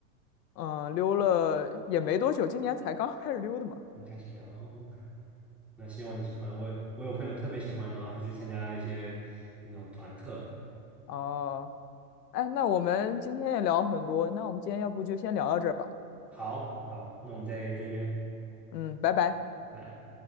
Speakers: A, on the left; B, in the centre.
A: 嗯、溜了也没多久，今年才刚 <laughs> 开始溜的嘛。
B: 就开始聊哦，OK。那希望你喜欢。我我有朋友特别喜欢，然后还去参加一些那种团课。
A: 哦、哎，那我们今天也聊很多，那我们今天要不就先聊到这儿吧。
B: 好好，那我们再再约，
A: 嗯，拜拜。
B: 拜拜。